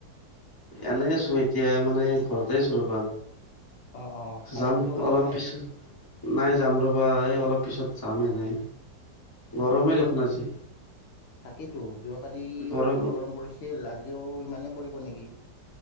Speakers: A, on the left; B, on the left.
A: এনেই আছোঁ এতিয়া মানে ঘৰতে আছোঁ ৰবা।
B: অঁ অঁ আজি
A: যাম
B: ক'তো ওলাই
A: অলপ
B: যোৱা নাই
A: পিছত নাই যাম ৰ'বা এই অলপ পিছত যাম এনেই গৰমেই দেখোন আজি।
B: তাকিতো যোৱা কালিও
A: গৰমৰ
B: বহুত গৰম পৰিছে আজিও ইমানে পৰিব নেকি।